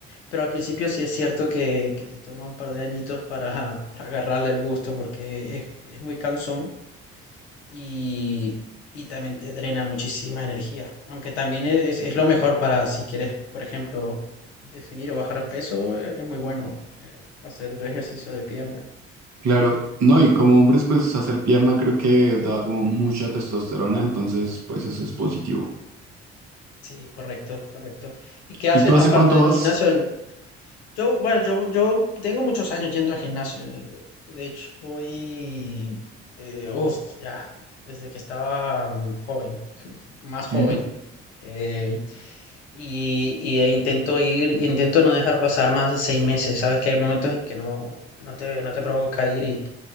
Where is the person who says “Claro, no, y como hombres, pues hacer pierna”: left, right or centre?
Right